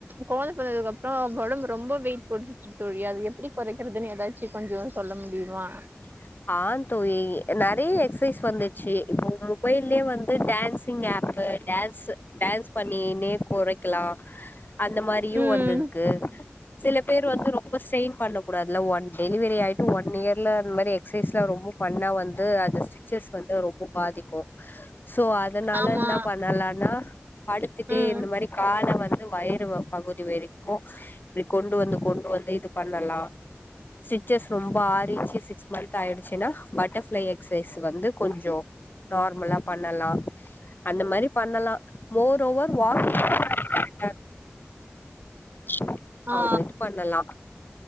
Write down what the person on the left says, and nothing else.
<inaudible> ஆ தோழி நெறைய எக்சசைஸ் வந்துச்சு இப்போ உங்க மொபைல்லயே வந்து டேன்சிங் ஆப்பு டேன்சு டேன்ஸ் பண்ணினே கொறைக்கலா அந்த மாரியு
வந்துரு க்கு சில பேர் வந்து ரொம்ப ஸ்டெய்ன் பண்ணக்கூடாதுல ஒன் டெலிவரி ஆயிட்டு ஒன் இயர் ல்ல அந் மாரி எக்சைஸ்லா ரொம்ப பண்ணா வந்து அது ஸ்டிச்சஸ் வந்து ரொம்ப பாதிக்கு சோ அதனால
என்ன பண்ணலானா படுத்துட்டே
இந்த மாரி கால வந் து வயறு பகுதி வரைக்கு இப்டி கொண்டு வந்து கொண்டு வந்து இது பண்ணலா ஸ்டிச்சஸ் ரொம்ப ஆறிடிச்சு சிக்ஸ் மந்த் ஆயிடுச்சுனா பட்டர்ஃப்ளை எக்சைஸ் வந்து கொஞ்சோ நார்மலா பண்ணலா அந்த மாரி பண்ணலா மோர் ஓவர் வாக் <inaudible> <inaudible>
அவங்க இது பண்ணலா